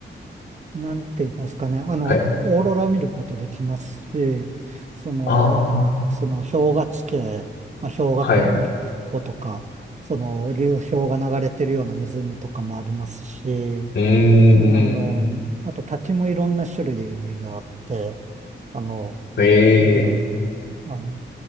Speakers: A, on the right; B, on the left.
A: なんて言いますかね、あの、
B: はい。
A: オーロラ見ることできますし、その、
B: ああ、
A: その氷河地形、まあ、氷河湖
B: はい。
A: 湖とか、その流氷が流れてるような湖とかもありますし、
B: うー
A: うんあの、
B: ん。
A: あと立ちもいろんな種類があって、あの、
B: ええ
A: うん、あの、